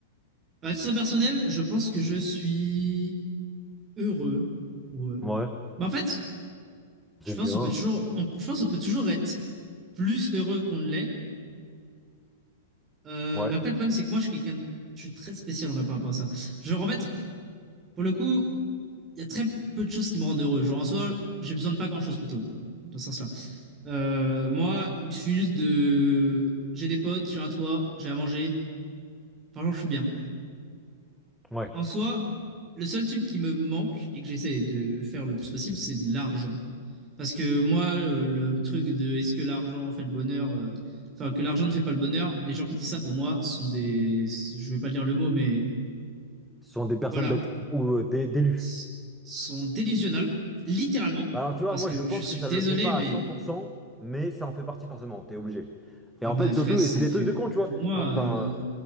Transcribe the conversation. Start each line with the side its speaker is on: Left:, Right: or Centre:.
Right: À titre personnel, je pense que je suis heureux. Ouais.
Centre: Ouais,
Right: Bah, en fait,
Centre: c'est
Right: je pense
Centre: bien.
Right: qu'on peut toujours, on- je pense qu'on peut toujours être plus heureux qu'on ne l'est. Euh,
Centre: Ouais,
Right: mais après, le problème, c'est que moi, je suis quelqu'un, de- je suis très spécial en vrai par rapport à ça. Genre, en fait, pour le coup, il y a très peu de choses qui me rendent heureux. Genre, en soi, j'ai besoin de pas grand-chose plutôt, dans ce sens Euh, moi, je suis juste de. J'ai des potes, j'ai un toit, j'ai à manger. Franchement, je suis bien.
Centre: ouais.
Right: En soi, le seul truc qui me manque et que j'essaie de faire le plus possible, c'est de l'argent. Parce que moi, le, le truc de est-ce que l'argent fait le bonheur, euh, enfin que l'argent ne fait pas le bonheur, les gens qui disent ça pour moi sont des, je vais pas dire le mot, mais
Centre: Ce sont des personnes
Right: voilà,
Centre: bêtes, ou euh, des, d'élus.
Right: S- sont délusionnels, littéralement.
Centre: Bah Alors tu vois,
Right: Parce
Centre: moi
Right: que
Centre: je pense
Right: je suis
Centre: que ça
Right: désolé,
Centre: le fait pas
Right: mais
Centre: à cent pour cent, mais ça en fait partie forcément, t'es obligé. Et
Right: ah
Centre: en
Right: ben
Centre: fait surtout,
Right: frère,
Centre: et
Right: c'est
Centre: c'est des
Right: fait
Centre: trucs de con, tu vois.
Right: pour moi.
Centre: Mais Enfin,
Right: euh,
Centre: euh,